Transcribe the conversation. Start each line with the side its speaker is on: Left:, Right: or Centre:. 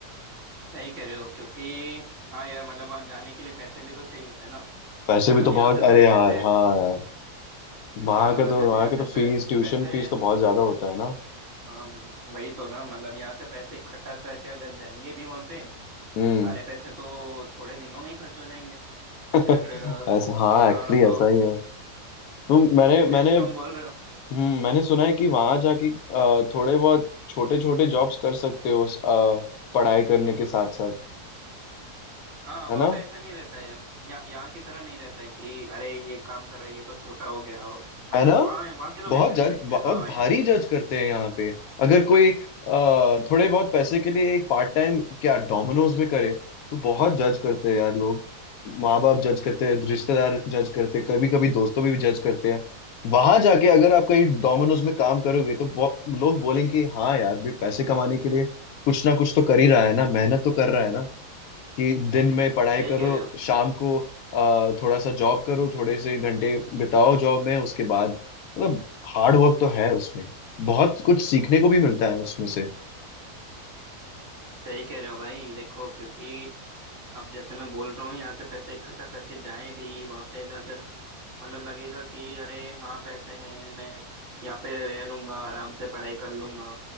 Right: सही कह रहे हो क्योंकि हाँ यार मतलब वहाँ जाने के लिए पैसे भी तो चाहिए होते हैं ना
Left: पैसे
Right: मतलब
Left: भी तो
Right: यहाँ
Left: बहुत
Right: से
Left: अरे
Right: थोड़े
Left: यार
Right: पैसे
Left: हाँ यार
Right: हाँ
Left: वहां
Right: मतलब
Left: के तो
Right: जैसे
Left: वहां
Right: यहाँ
Left: के
Right: से
Left: तो
Right: पै,
Left: फीस ट्यूशन
Right: पैसे
Left: फीस तो बहुत ज्यादा होता है ना
Right: हाँ वही तो ना मतलब यहाँ से पैसे इकट्ठा करके अगर जाएंगे भी वहाँ पे
Left: हम्म
Right: तो सारे पैसे तो थोड़े दिनों में ही खर्च हो जाएंगे
Left: <laughs>
Right: फिर अ,
Left: ऐसा हाँ एक्चुअली
Right: हाँ तो
Left: ऐसा ही है तो मैंने
Right: फिर जैसे
Left: मैंने
Right: तुम बोल रहे हो
Left: हम्म मैंने सुना है कि वहां जाके अ, थोड़े बहुत छोटे छोटे जॉब्स कर सकते हो अ, पढ़ाई करने के साथ साथ
Right: हाँ
Left: है
Right: वहाँ
Left: ना
Right: पे ऐसा नहीं रहता है यहाँ यहाँ की तरह नहीं रहता है कि अरे ये काम कर रहा है ये तो छोटा हो गया हो मतलब
Left: है ना
Right: वहाँ वहाँ के लोग
Left: बहुत
Right: ऐसे
Left: जज
Right: नहीं देखते
Left: बहुत
Right: हाँ
Left: भारी
Right: यार
Left: जज करते हैं यहाँ पे अगर कोई अ, थोड़े बहुत पैसे के लिए एक पार्ट टाइम क्या डोमिनोज में करे तो बहुत जज करते हैं यार लोग माँ बाप जज करते हैं रिश्तेदार जज करते हैं कभी कभी दोस्तों भी जज करते हैं वहां जाके अगर आप कहीं डोमिनोज में काम करोगे तो बहु- लोग बोलेंगे कि हाँ यार भी पैसे कमाने के लिए कुछ ना कुछ तो कर ही रहा है ना मेहनत तो कर रहा है ना कि दिन में पढ़ाई
Right: सही
Left: करो
Right: कह रहे हो
Left: शाम को अ, थोड़ा सा जॉब करो थोड़े से घंटे बिताओ जॉब में उसके बाद मतलब हार्ड वर्क तो है उसमें बहुत कुछ सीखने को भी मिलता है उसमें से
Right: सही कह रहे हो भाई देखो क्योंकि अब जैसे मैं बोल रहा हूँ यहाँ से पैसे इकट्ठा करके जाएं भी वहाँ पे अगर मतलब लगेगा कि अरे हाँ पैसे हैं मैं यहाँ पे रह लूंगा आराम से पढ़ाई कर लूंगा